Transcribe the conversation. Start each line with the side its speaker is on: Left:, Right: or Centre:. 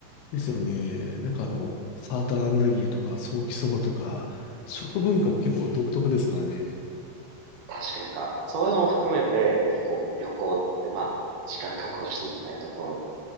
Left: ですよね。なんかあの、サーターアンダギーとか、ソーキそばとか、食文化も結構独特ですからね。
Right: え確かになんか、そういうのも含めて、結構旅行って、まあ、時間確保していきたいところです。